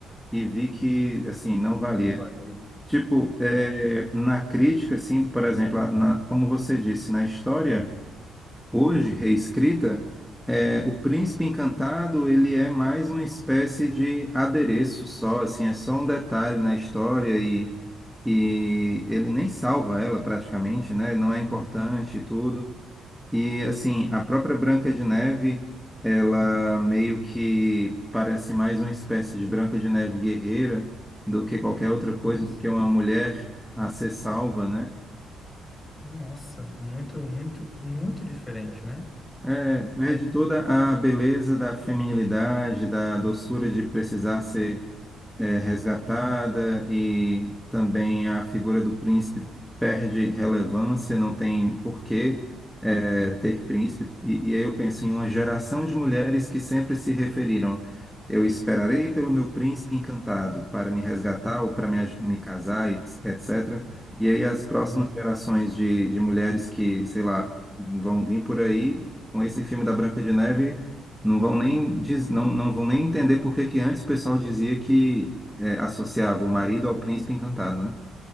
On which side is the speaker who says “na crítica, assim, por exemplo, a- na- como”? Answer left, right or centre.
Centre